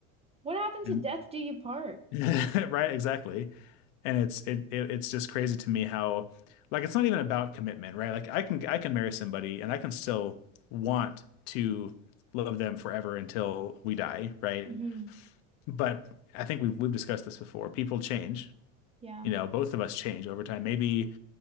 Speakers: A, on the right; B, on the left.
A: What happened to
B: And
A: death do you part?
B: <laughs> Right, exactly. And it's it, it it's just crazy to me how like it's not even about commitment, right? Like I can I can marry somebody and I can still want to love them forever until we die, right?
A: hmm
B: But I think we've we've discussed this before. People change.
A: Yeah.
B: You know, both of us change over time. Maybe